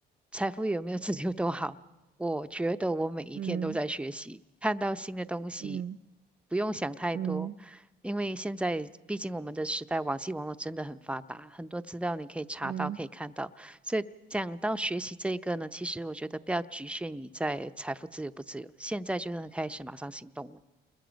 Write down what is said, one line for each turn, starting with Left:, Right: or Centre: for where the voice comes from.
Centre: 财富有没有自由都好，我觉得我每一天都在学习，
Right: 嗯
Centre: 看到新的东西，
Right: 嗯
Centre: 不用想太多，
Right: 嗯
Centre: 因为现在毕竟我们的时代，网际网络真的很发达，很多资料你可以查到，
Right: 嗯
Centre: 可以看到，所以讲到学习这一个呢，其实我觉得不要局限你在财富自由不自由，现在就能开始马上行动了，